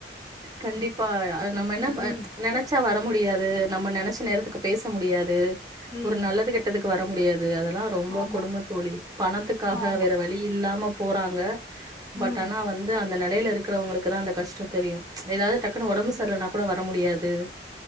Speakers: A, on the right (about 20°); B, on the left (about 15°).
A: கண்டிப்பா நம்ம
B: ம்
A: என்ன நினைச்சா வர முடியாது நம்ம நினைச்ச நேர த்துக்கு பேச முடியாது
B: ம்
A: ஒரு நல்லது கெட்டத்துக்கு வர முடியாது அதெல்லா ரொம்ப
B: ஆமா
A: கொடும தோழி பணத்துக்காக
B: ஆமா
A: வேற வழி இல்லாம போறாங்க பட்
B: ம்
A: ஆனா வந்து அந்த நெலையில இருக்கிறவங்களுக்கு தா அந்த கஷ்டம் தெரியும் ஏதாவது டக்குன்னு உடம்பு சரியலனா கூட வர முடியாது